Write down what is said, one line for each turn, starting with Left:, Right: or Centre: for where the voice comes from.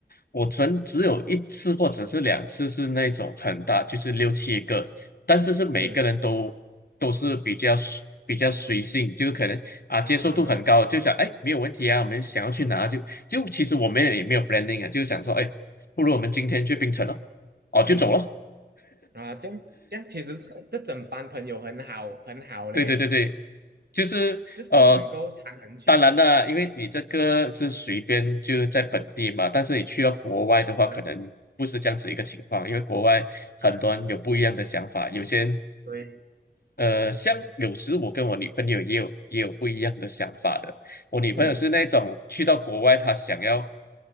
Left: 我曾只有一次或者是两次是那种很大，就是六七个，但是是每个人都都是比较随比较随性，
Right: 嗯。
Left: 就是可能啊接受度很高，
Right: 啊，
Left: 就想哎没有问题啊，我们想要去哪就就其实我们也没有
Right: 嗯
Left: planning 啊，就想说哎，不如我们今天去槟城咯，哦就走了。
Right: 嗯啊，这样这样，其实这这整班朋友很好很好嘞，
Left: 对对对对，就是呃，
Right: 这种能够缠很久，
Left: 当然啦，因为你这个是随便就在本地嘛，但是你去到国外的话，
Right: 是
Left: 可能不是这样子一个情况，因为国外很多人有不一样的想法，
Right: 啊，
Left: 有些人
Right: 对，
Left: 呃，像有时我跟我女朋友也有也有不一样的想法的，我女朋友是那种去到国外，
Right: 嗯，
Left: 她想要